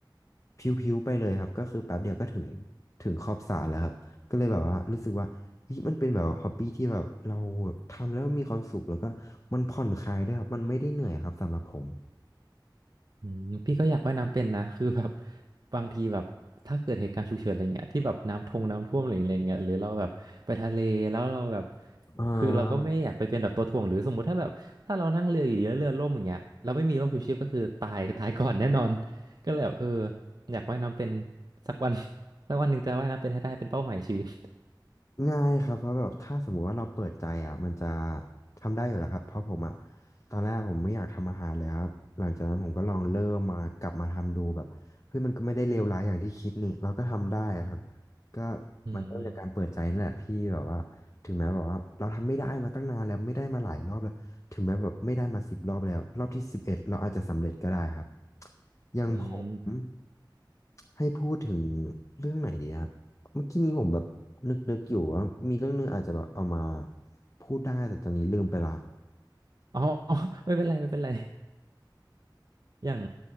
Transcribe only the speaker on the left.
พิ้วๆไปเลยครับก็คือแป๊บเดียวก็ถึงถึงขอบสระแล้วครับก็เลยแบบว่ารู้สึกว่าเฮ้ยมันเป็นแบบฮอบบี้ที่แบบเราแบบทำแล้วมีความสุขแล้วก็มันผ่อนคลายด้วยครับมันไม่ได้เหนื่อยครับสำหรับผม
อ่า
ง่ายครับเพราะแบบถ้าสมมุติว่าเราเปิดใจอ่ะมันจะทำได้อยู่แล้วครับเพราะผมอ่ะตอนแรกผมไม่อยากทำอาหารเลยครับหลังจากนั้นผมก็ลองเริ่มมากลับมาทำดูแบบเฮ้ยมันก็ไม่ได้เลวร้ายอย่างที่คิดนี่เราก็ทำได้อะครับก็
มันเริ่มจากการเปิดใจนั่นแหละพี่แบบว่าถึงแม้แบบว่าเราทำไม่ได้มาตั้งนานแล้วไม่ได้มาหลายรอบแล้วถึงแม้แบบไม่ได้มาสิบรอบแล้วรอบที่สิบเอ็ดเราอาจจะสำเร็จก็ได้ครับอย่างผม
ให้พูดถึงเรื่องไหนดีครับเมื่อกี้นี้ผมแบบนึกนึกอยู่ว่ามีเรื่องนึงอาจจะแบบเอามาพูดได้แต่ตอนนี้ลืมไปละ